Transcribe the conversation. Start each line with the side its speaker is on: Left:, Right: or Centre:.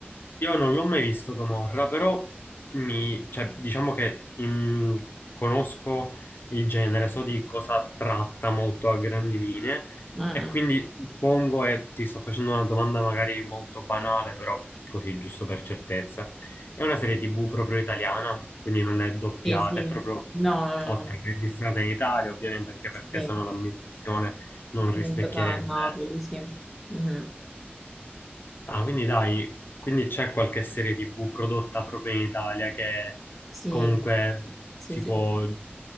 Left: Io non l'ho mai visto Gomorra, però mi, cioè, diciamo che mm, conosco il genere, so di cosa tratta molto a grandi linee
Centre: Mm.
Left: e quindi suppongo, e ti sto facendo una domanda magari molto banale, però così giusto per certezza, è una serie TV proprio italiana, quindi non è doppiata,
Centre: Sì, sì,
Left: è proprio
Centre: no, no,
Left: ok,
Centre: no, no.
Left: registrata in Italia, ovviamente anche perché
Centre: Sì,
Left: sennò l'ambientazione non
Centre: ambientata
Left: rispecchierebbe
Centre: a Napoli, sì. Mhm.
Left: Ah, quindi dai, quindi c'è qualche serie TV prodotta proprio in Italia che
Centre: Sì,
Left: comunque
Centre: sì,
Left: si
Centre: sì.
Left: può